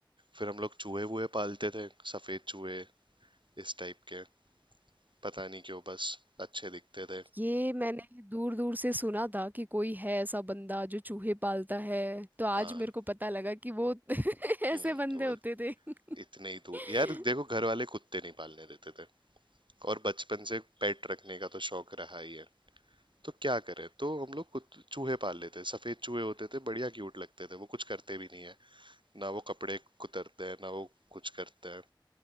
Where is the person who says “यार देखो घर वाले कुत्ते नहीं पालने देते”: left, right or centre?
Right